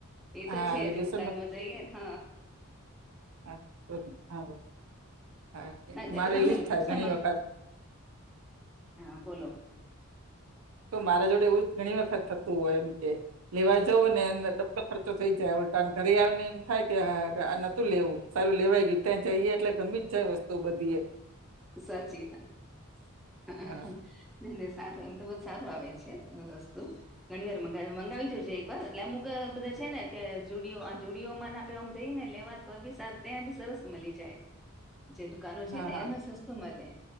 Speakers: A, in the centre; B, on the right.
A: એ
B: હા
A: તો છે
B: લેડીસો
A: હજી દુકાનમાં
B: હ
A: જઈએને હ
B: <unintelligible> હા
A: ના
B: મારે
A: એટલે તમને
B: એવું જ
A: બોક્સમાં
B: થાય ઘણી વખત
A: હા બોલો
B: તો મારા જોડે એવું જ ઘણી વખત થતું હોય એમ કે. લેવા જવું ને એ ડબબ થઈ જાય ઘરે આવીને એમ થાય કે આ ન હતું. લેવું સારું લેવાઈ ગયું ત્યાં જઈએ એટલે ગમે જાય વસ્તુ તો બધીએ
A: સાચી વાત નહી
B: હા
A: નહી સારું એમ તો બહુ સારું આવે છે. વસ્તુ ઘણી વાર મંગાવીજજે એક વાર એટલે અમુક બધા છે ને કે જુડિઓ. આ જોુડીઓ મને આપેમ જઈ ને લેવા તો એ બી સારું ત્યાં બી સરસ મળી જાય જે દ દુકાનો છે
B: હા
A: ને
B: હા
A: એનામાં સસ્તું મળે